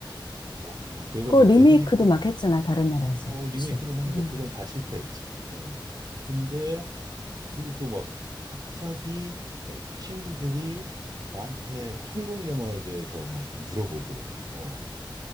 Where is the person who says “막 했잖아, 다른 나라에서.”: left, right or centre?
Left